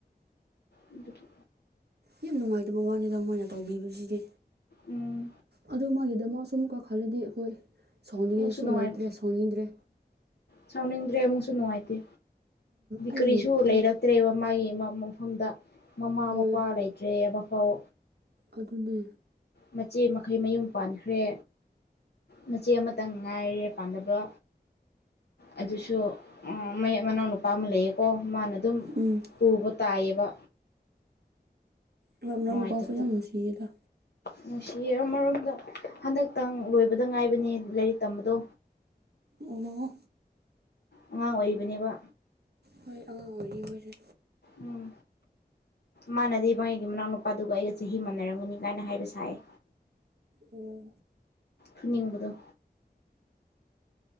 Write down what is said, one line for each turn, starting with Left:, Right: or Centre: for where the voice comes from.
Left: ꯑꯗꯨꯒꯤ
Right: ꯌꯥꯝ ꯅꯨꯡꯉꯥꯏꯇꯕ ꯋꯥꯅꯤꯗ ꯃꯣꯏꯅ ꯇꯧꯕꯤꯕꯁꯤꯗꯤ
Left: ꯎꯝ
Right: ꯑꯗꯣ ꯃꯥꯒꯤꯗꯃꯛ ꯑꯃꯨꯛꯀꯥ ꯈꯜꯂꯗꯤ ꯍꯣꯏ ꯁꯥꯎꯅꯤꯡꯉꯥꯏꯁꯨ
Left: ꯑꯃꯨꯛꯁꯨ ꯅꯨꯡꯉꯥꯏ
Right: ꯂꯩꯇ꯭ꯔꯦ ꯁꯥꯎꯅꯤꯡꯗ꯭ꯔꯦ
Left: ꯁꯥꯎꯅꯤꯡꯗ꯭ꯔꯦ ꯑꯃꯨꯛꯁꯨ ꯅꯨꯡꯉꯥꯏꯇꯦ
Right: ꯑꯩꯒꯤ
Left: ꯀꯔꯤꯁꯨ
Right: ꯐꯥꯒꯤ
Left: ꯂꯩꯔꯛꯇ꯭ꯔꯦꯕ ꯃꯥꯒꯤ ꯃꯐꯝꯗ ꯃꯃꯥ
Right: ꯍꯣꯏ
Left: ꯃꯄꯥ ꯂꯩꯇ꯭ꯔꯦ ꯑꯃꯐꯥꯎ
Right: ꯑꯗꯨꯅꯦ
Left: ꯃꯆꯦ ꯃꯈꯩ ꯃꯌꯨꯝ ꯄꯥꯟꯈ꯭ꯔꯦ ꯃꯆꯦ ꯑꯃꯇꯪ ꯉꯥꯏꯔꯦ ꯄꯥꯟꯗꯥꯕ ꯑꯗꯨꯁꯨ ꯃꯅꯥꯎꯅꯨꯄꯥ ꯑꯃ ꯂꯩꯌꯦꯀꯣ ꯃꯥꯅ ꯑꯗꯨꯝ
Right: ꯎꯝ
Left: ꯄꯨꯕ ꯇꯥꯏꯌꯦꯕ
Right: ꯍꯣꯏ ꯃꯅꯥꯎꯅꯨꯄꯥꯁꯨ
Left: ꯅꯨꯡꯉꯥꯏꯇꯕꯗꯣ
Right: ꯌꯥꯝ ꯅꯨꯡꯁꯤꯌꯦꯗ
Left: ꯅꯨꯡꯁꯤꯌꯦ ꯑꯃꯔꯣꯝꯗ ꯍꯟꯗꯛ ꯈꯤꯇꯪ ꯂꯣꯏꯕꯗ ꯉꯥꯏꯕꯅꯦ ꯂꯥꯏꯔꯤꯛ ꯇꯝꯕꯗꯣ
Right: ꯑꯣ
Left: ꯑꯉꯥꯡ ꯑꯣꯏꯔꯤꯕꯅꯦꯕ
Right: ꯍꯣꯏ ꯑꯉꯥꯡ ꯑꯣꯏꯔꯤ ꯃꯣꯏꯁꯦ
Left: ꯎꯝ ꯃꯥꯅꯗꯤ ꯃꯒꯤ ꯃꯅꯥꯎ ꯅꯨꯨꯄꯥꯗꯨꯒ ꯑꯩꯒ ꯆꯍꯤ ꯃꯥꯟꯅꯔꯝꯒꯅꯤ ꯀꯥꯏꯅ ꯍꯥꯏꯕ ꯁꯥꯏꯌꯦ
Right: ꯑꯣ
Left: ꯐꯨꯅꯤꯡꯕꯗꯣ